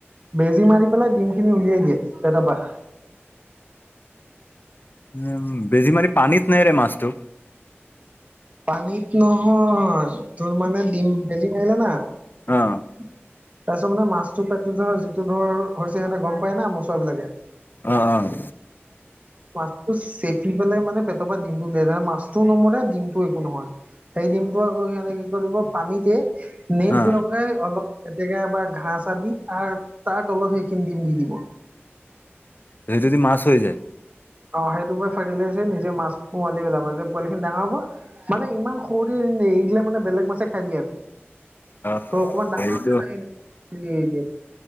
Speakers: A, on the right (about 30°); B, on the left (about 45°).
A: বেজী মাৰি পেলাই ডিম খিনি উলিয়াই দিয়ে পেটৰ পা।
B: উম, বেজী মাৰি পানীত নেৰে মাছটো?
A: পানীত নহয়, তোৰ মানে ডিম বেজী মাৰিলে না তাৰপিছত
B: অ
A: মানে মাছটো পেটটো ধৰ যিটো ধৰ হৈছে সিহঁতে গম পায় না, মচুৱাবিলাকে
B: অ', অ'।
A: মাছটো চেপি পেলাই মানে পেটৰ পৰা ডিমটো উলিয়াই যায়, মাছটোয়ো নমৰে ডিমটো টো, একো নহয়, সেই ডিমটো আকৌ সিঁহতে কি কৰিব, পানীতে নেট
B: অ
A: লগাই অলপ এতেকে এবাৰ ঘাঁহ, চাহ দি তাৰ, তাৰ তলত সেইখিনি ডিম দি দিব।
B: সেইটো দি মাছ হৈ যায়
A: অ', সেইটোৰ পৰা ফাৰ্টিলাইজ হৈ নিজেই মাছ পোৱালি ওলাব যে, পোৱালিখিনি ডাঙৰ হ'ব মানে ইমান সৰুতে এৰি দিলে মানে বেলেগ মাছে খাই দিয়ে আকৌ।
B: অ
A: তো, অকমান
B: সেইটো
A: ডাঙৰ <unintelligible>